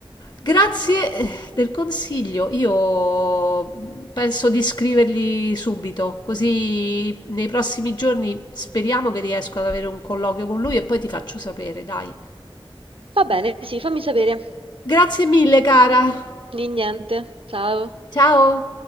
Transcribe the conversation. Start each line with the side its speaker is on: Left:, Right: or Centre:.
Left: Grazie eh, del consiglio. Io penso di scrivergli subito, così nei prossimi giorni speriamo che riesco ad avere un colloquio con lui e poi ti faccio sapere, dai.
Right: Va bene, sì, fammi sapere.
Left: Grazie mille, cara.
Right: Di niente. Ciao.
Left: Ciao.